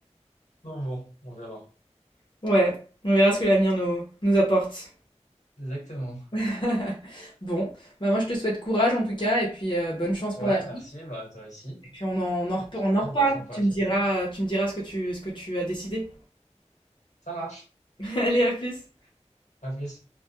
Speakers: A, on the left; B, on the left.
A: Donc bon, on verra.
B: <laughs> ouais, on verra ce que l'avenir nous nous apporte.
A: Exactement.
B: <laughs> Bon, bah, moi je te souhaite courage en tout cas et puis, heu, bonne chance
A: Ouais,
B: pour la suite
A: merci, bah, toi aussi.
B: et puis on en on en rep
A: Et puis,
B: on
A: ouais,
B: en reparle.
A: bonne chance pour
B: Tu
A: la suite.
B: me diras, tu me diras ce que tu ce que tu as décidé.
A: Ça marche.
B: <laughs> Allez, à plus.
A: À plus.